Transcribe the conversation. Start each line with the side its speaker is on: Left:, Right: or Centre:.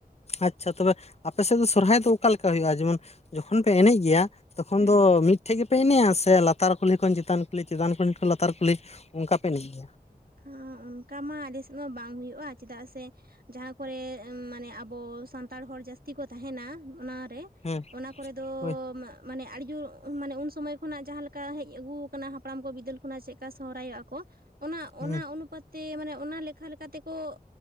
Left: ᱟᱪᱪᱷᱟ ᱛᱚᱵᱮ ᱟᱯᱮ ᱥᱮᱫ ᱫᱚ ᱥᱚᱨᱦᱟᱭ ᱫᱚ ᱚᱠᱟ ᱞᱮᱠᱟ ᱦᱩᱭᱩᱜᱼᱟ ᱡᱮᱢᱚᱱ ᱡᱚᱠᱷᱚᱱ ᱯᱮ ᱮᱱᱮᱡ ᱜᱮᱭᱟ ᱛᱚᱠᱷᱚᱱ
Right: ᱦᱮᱸ
Left: ᱫᱚ ᱢᱤᱫᱴᱷᱮᱡ ᱜᱮᱯ ᱯᱮ ᱮᱱᱮᱡ-ᱟ ᱥᱮ ᱞᱟᱛᱟᱨ ᱠᱩᱞᱦᱤ ᱠᱷᱚᱱ ᱪᱮᱛᱟᱱ ᱠᱩᱞᱦᱤ, ᱪᱮᱛᱟᱱ ᱠᱩᱞᱦᱤ ᱠᱷᱚᱱ ᱞᱟᱛᱟᱨ ᱠᱩᱞᱦᱤ ᱚᱱᱠᱟ ᱯᱮ ᱮᱱᱮᱡ ᱜᱮᱭᱟ?
Right: ᱦᱚ ᱚᱱᱠᱟ ᱢᱟ ᱟᱰᱤᱥᱮᱫ ᱢᱟ ᱵᱟᱝ ᱦᱩᱭᱩᱜ-ᱟ ᱪᱮᱫᱟᱜ ᱥᱮ ᱡᱟᱦᱟᱸ ᱠᱚᱨᱮ ᱢᱟᱱᱮ ᱟᱵᱚ ᱥᱟᱱᱛᱟᱲ ᱦᱚᱲ ᱡᱟᱹᱥᱛᱤ ᱠᱚ ᱛᱟᱦᱮᱱᱟ ᱚᱱᱟᱨᱮ᱾
Left: ᱦᱮᱸ
Right: ᱚᱱᱟ ᱠᱚᱨᱮ ᱫᱚ
Left: ᱦᱳᱭ
Right: ᱢᱟᱱᱮ ᱟᱹᱰᱤ ᱡᱳᱨ ᱢᱟᱱᱮ ᱩᱱ ᱥᱚᱢᱚᱭ ᱠᱷᱚᱱᱟᱜ ᱡᱟᱦᱟᱸ ᱞᱮᱠᱟ ᱦᱮᱡ ᱟᱹᱜᱩᱮ ᱠᱟᱱᱟ ᱦᱟᱯᱲᱟᱢ ᱠᱚ ᱵᱤᱫᱟᱹᱞ ᱠᱷᱚᱱᱟᱜ, ᱪᱮᱫ ᱞᱮᱠᱟ ᱥᱚᱦᱨᱟᱭᱚᱜ-ᱟ ᱠᱚ ᱚᱱᱟ ᱚᱱᱟ
Left: ᱦᱩᱸ
Right: ᱚᱱᱩᱯᱟᱛ ᱛᱮ ᱢᱟᱱᱮ ᱚᱱᱟ ᱞᱮᱠᱷᱟ ᱞᱮᱠᱟ ᱛᱮᱠᱚ